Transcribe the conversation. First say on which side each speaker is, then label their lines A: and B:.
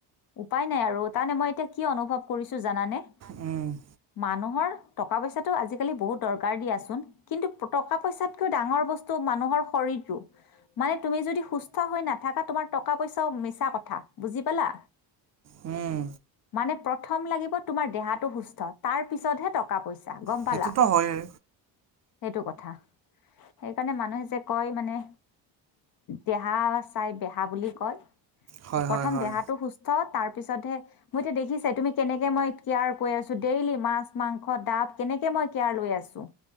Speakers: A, on the left; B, on the right.
A: উপায় নাই আৰু তাৰমানে মই এতিয়া কি অনুভৱ কৰিছোঁ জানানে।
B: উম
A: মানুহৰ টকা পইচাটো আজিকালি বহুত দৰকাৰ দিয়াচোন। কিন্তু টকা পইচাতকৈও ডাঙৰ বস্তু মানুহৰ শৰীৰটো। মানে তুমি যদি সুস্থ হৈ নাথাকা তোমাৰ টকা পইচাও মিছা কথা। বুজি পালা
B: উম
A: মানে প্ৰথম লাগিব তোমাৰ দেহাটো সুস্থ। তাৰ পিছতহে টকা পইচা গম
B: সেইটোতো
A: পালা,
B: হয়েই
A: সেইটো কথা। সেইকাৰণে মানুহে যে কয় মানে দেহা চাই বেহা বুলি কয়।
B: হয়
A: প্ৰথম
B: হয় হয়
A: দেহাটো সুস্থ তাৰ পিছতহে মই এতিয়া দেখিছে তুমি কেনেকে মই কেয়াৰ কৰি আছোঁ। দেইলি মাছ মাংস ডাব কেনেকে মই কেয়াৰ লৈ আছোঁ।